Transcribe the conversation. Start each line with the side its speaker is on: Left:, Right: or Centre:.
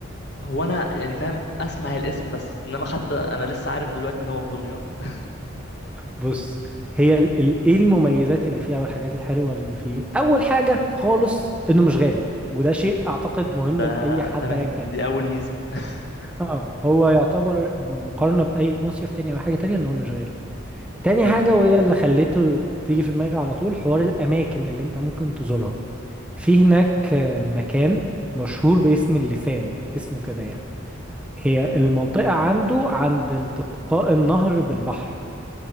Left: هو انا يعني فاهم اسمع الاسم بس انما حتى انا لسه عارف دلوقتي ان هو في دمياط <laughs>
Centre: بص هي ال- ال- ايه المميزات اللي فيه او الحاجات الحلوه اللي فيه اول حاجه خالص انه مش غالي وده شيء اعتقد مهم
Left: ده
Centre: لاي حد
Left: تمام
Centre: ايا كان
Left: دي اول ميزه <laughs>
Centre: اه هو يعتبر مقارنه باي مصيف تاني او حاجه تانية ان هو مش غالي تاني
Left: حلو
Centre: حاجة وهي اللي خليته تيجي في دماغي على طول حوار الأماكن اللي أنت ممكن تزورها في هناك آه، مكان مشهور باسم اللسان اسمه كده يعني هي
Left: مم.
Centre: المنطقة عنده عند التقاء النهر بالبحر